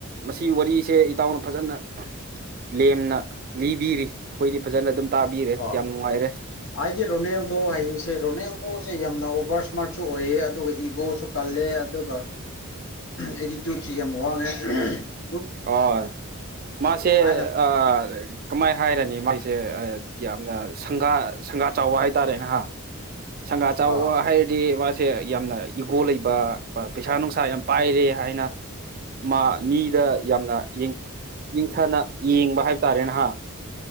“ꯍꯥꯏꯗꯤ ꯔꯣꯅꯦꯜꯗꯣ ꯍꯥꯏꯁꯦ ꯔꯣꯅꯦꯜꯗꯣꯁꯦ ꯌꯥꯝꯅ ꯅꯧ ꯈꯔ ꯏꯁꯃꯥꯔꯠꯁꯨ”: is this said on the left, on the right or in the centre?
Left